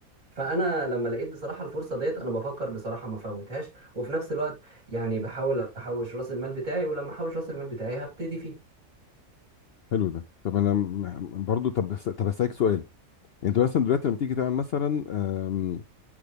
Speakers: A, on the right (about 60°); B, on the left (about 65°).
A: فانا لما لقيت بصراحه الفرصه ديت انا بفكر بصراحه ما فوتهاش وفي نفس الوقت يعني بحاول احوش راس المال بتاعي ولما احوش راس المال بتاعي هبتدي فيه
B: حلو ده طب انا م- برضو طب بس- طب اسالك سؤال انت مثلا دلوقتي لما تيجي تعمل مثلا آم،